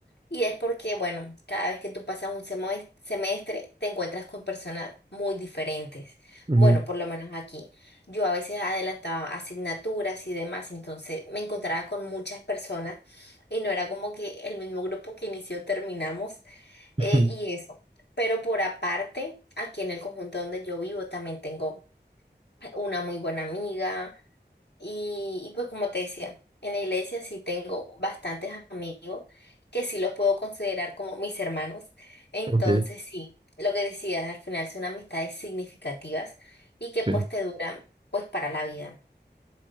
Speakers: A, on the left; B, on the right.
A: Y es porque, bueno, cada vez que tú pasas un semoes- semestre, te encuentras con personas muy diferentes.
B: Ujú.
A: Bueno, por lo menos aquí. Yo a veces adelantaba asignaturas y demás, entonces me encontraba con muchas personas y no era como que el mismo grupo que inició terminamos
B: <laughs>
A: eh, y eso. Pero por aparte, aquí en el conjunto donde yo vivo también tengo una muy buena amiga y, y pues como te decía, en la iglesia sí tengo bastantes amigos que sí los puedo considerar como mis hermanos. Entonces
B: Ok,
A: sí, lo que decías, al final son amistades significativas y que
B: sí.
A: pues te duran pues para la vida.